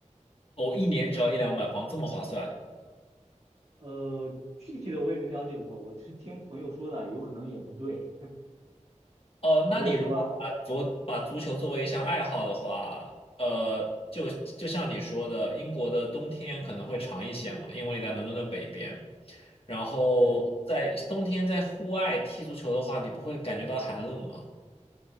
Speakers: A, on the left; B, on the right.
A: 哦，一年只要一两百镑，这么划算。
B: 呃，具体的我也没了解过，我是听朋友说的，有可能也不对，
A: 哦，
B: <laughs> 所以说，
A: 那你如果把足把足球作为一项爱好的话，呃，就就像你说的，英国的冬天可能会长一些嘛，因为你在伦敦的北边，然后在冬天在户外踢足球的话，
B: 对，
A: 你不会感觉到寒冷吗？